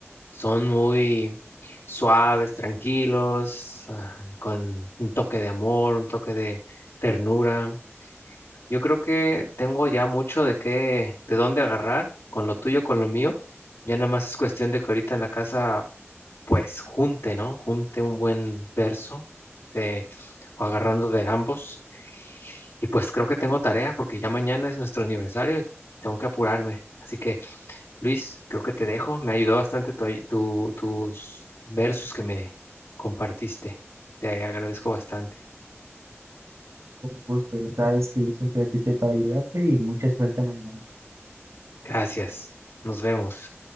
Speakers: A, on the left; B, on the right.
A: Son muy suaves, tranquilos, ah, con un toque de amor, un toque de ternura. Yo creo que tengo ya mucho de qué, de dónde agarrar con lo tuyo, con lo mío. Ya nada más es cuestión de que ahorita en la casa, pues junte, ¿no? Junte un buen verso de, o agarrando de ambos. Y pues creo que tengo tarea porque ya mañana es nuestro aniversario y tengo que apurarme. Así que Luis, creo que te dejo. Me ayudó bastante tu ay- tu- tus versos que me compartiste. Te agradezco bastante.
B: con gusto. Ya sabes que yo siempre aquí estoy para ayudarte y mucha suerte mañana.
A: Gracias. Nos vemos.